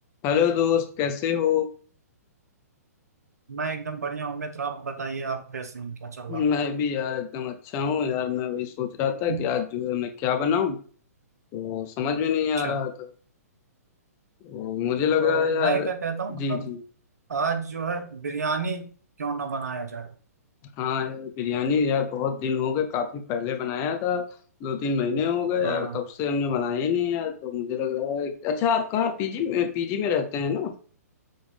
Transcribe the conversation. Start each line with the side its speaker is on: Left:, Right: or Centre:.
Left: Hello दोस्त कैसे हो
Right: मैं एकदम बढ़िया हूँ मित्र आप बताइए आप कैसे हैं क्या चल रहा
Left: मैं भी यार एकदम अच्छा हूँ यार मैं वही सोच रहा था
Right: है
Left: कि आज जो है मैं क्या बनाऊं तो समझ में नहीं
Right: अच्छा
Left: आ रहा था तो मुझे लग
Right: तो
Left: रहा है यार
Right: मैं क्या कहता हूँ मतलब
Left: जी जी
Right: आज जो है बिरयानी क्यों ना बनाया जाए
Left: हाँ यार बिरयानी यार बहुत दिन हो गए काफी पहले बनाया था दो तीन महीने हो गए
Right: हाँ
Left: यार तब से हमने बनाया ही नहीं यार तो मुझे लग रहा है अच्छा आप कहाँ पीजी में पीजी में रहते हैं ना